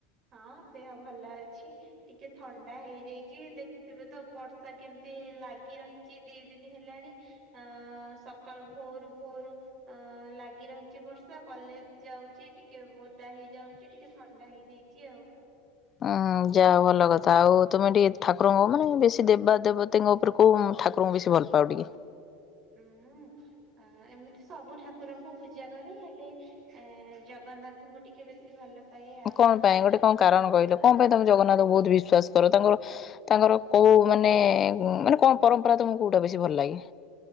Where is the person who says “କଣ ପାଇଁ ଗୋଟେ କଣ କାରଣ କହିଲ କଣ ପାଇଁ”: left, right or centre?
Left